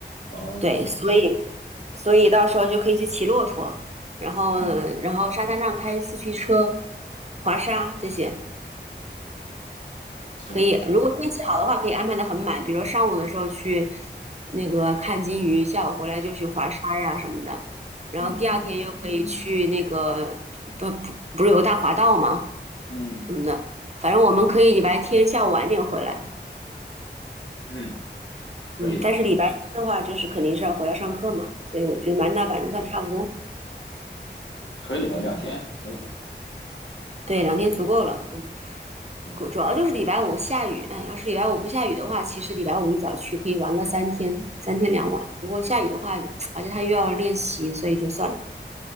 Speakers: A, on the left; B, on the right.
A: 哦
B: 对，所以所以到时候就可以去骑骆驼，然后然后沙滩上开四驱车、
A: 哦，
B: 滑沙这些
A: 行。
B: 可以。如果天气好的话，可以安排的很满，比如说上午的时候去那个看金鱼，下午回来就去滑沙呀什么的。然后第二天又可以去那个不不不是有个大滑道吗？
A: 嗯嗯。嗯
B: 什么的，反正我们可以礼拜天下午晚点回来，
A: 嗯，可以
B: 嗯，但是礼拜一的话就是肯定是要回来上课嘛，所以我觉得满打满算差不多，
A: 可以的，两天可以的。
B: 对，两天足够了。
A: 嗯，
B: 嗯
A: 对，
B: 主主要就是礼拜五下雨，哎，要是礼拜五不下雨的话，其实礼拜五一早去可以玩个三天，三天两晚。不过下雨的话，而且他又要练习，所以就算了。